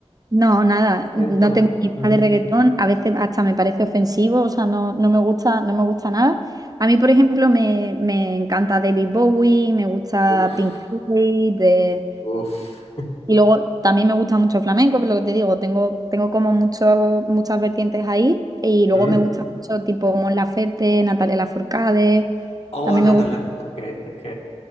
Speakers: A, on the right; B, on the left.
A: No, nada, no
B: Siento.
A: tengo ni idea
B: ujú.
A: de reggaetón, a veces hasta me parece ofensivo, o sea, no, no me gusta, no me gusta nada. A mí, por ejemplo, me, me encanta David Bowie, me gusta
B: Uf,
A: Pink Floyd, de-
B: uf.
A: y luego también me gusta mucho el flamenco, pero lo que te digo, tengo, tengo como mucho, muchas vertientes ahí, y luego
B: Mm.
A: me gusta mucho tipo Mon Laferte, Natalia Lafourcade,
B: Oh,
A: también
B: Natalia.
A: me gusta.
B: Ok, ok.